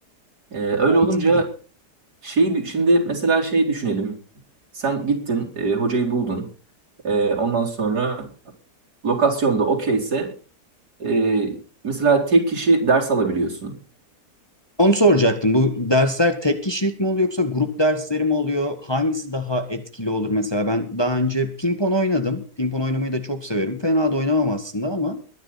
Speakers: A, on the right (about 75°); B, on the left (about 15°).
A: Ee, öyle
B: Mantıklı.
A: olunca şeyi dü- şimdi mesela şey düşünelim. Sen gittin e, hocayı buldun. E, ondan sonra lokasyonda okeyse e, mesela tek kişi ders alabiliyorsun.
B: Onu soracaktım. Bu dersler tek kişilik mi oluyor yoksa grup dersleri mi oluyor? Hangisi daha etkili olur mesela? Ben daha önce pimpon oynadım. Pimpon oynamayı da çok severim. Fena da oynamam aslında ama